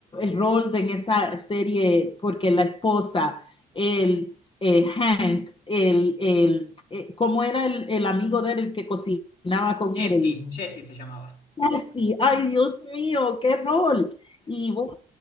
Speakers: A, on the left; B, on the left.
A: roles en esa serie porque la esposa, el eh, Hank, el, el eh, ¿cómo era el, el amigo de él el que cocinaba con
B: Jesse,
A: él? El
B: Jesse se llamaba.
A: Jesse, ay Dios mío, qué rol. Y bueno,